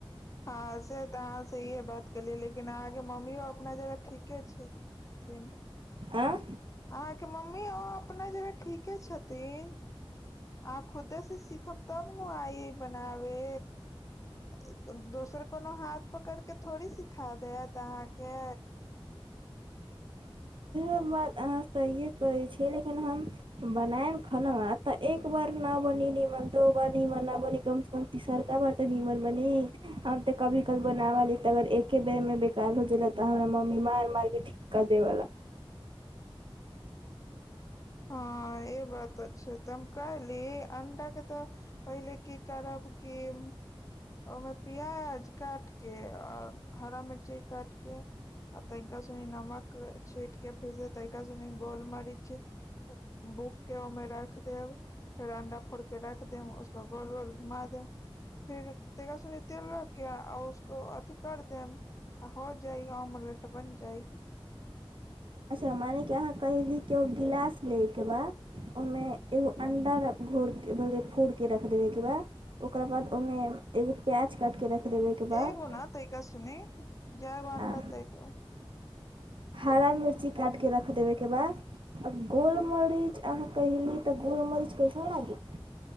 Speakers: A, on the left; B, on the right.
A: हँ से तऽ अहाँ सहीये बात केलियै लेकिन अहाँके मम्मियो अपना जगह ठीके छै। लेमबि ए-ए-
B: आ
A: अहाँके मम्मी आ-पना जगह ठीके छथिन। आ खुदे से सीखब तब न आइ बनावे। अ-अ-ओ- को दोसर कोनो हाथ पकड़ के थोड़ी सिखा देत अहाँके।
B: <unintelligible> बाद अहाँ सहिये कहै छिये, लेकिन हम बनेव खनवा त एक बार ना बनेली मन, दो बार नी मना मन कमछे कम तसरका बार तऽ नीमन बनी, हम तऽ कभी- कभी बनाव ली त के एके बेर मे बेकार हो जा लालि तऽ हमरा मम्मी मार माल के ठीक -क- देबवला।
A: हँ ई बात त छै त हम कहैली अंडा के त पहिले की करब की- ओये मे प्याज काट के आ हरा मिर्चा काटके आब त हिनका सब मे नमक छीटके फेरसे तैरिका सुनि गोल मरिच -- बूक के हमरा रेख देब। फेर अंडा फोड़ के राख दियोन उसप गोल -गोल घुमा देयोन। फिर तेरह सुनी तेलो के आ उसको अथि कर देम- - त ह जायाइ अमलेट बनि जाइ।
B: अच्छा मने कि अहाँ कहयली किओ गिलास लैके बाद ओहिमे एगो अंडा रा घोर बै फोड़के रखि देबै एकरा- - ओकरा बाद ओहिमे एगो प्याज काटि कऽ रख देबै एक बा-
A: एगो
B: -
A: न तैका सुने जय वन्डतै
B: आ
A: --
B: हरा मिर्ची काटिक रख देबैके बाद- - आ गोल मरीच अहाँ कहयली त गोल मरीच कहियो ने येइ।